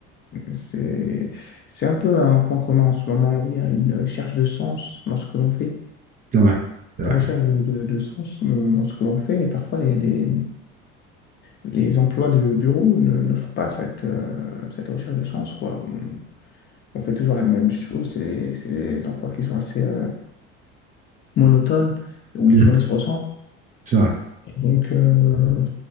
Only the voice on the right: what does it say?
c'est vrai. C'est vrai.
Mm.
C'est vrai.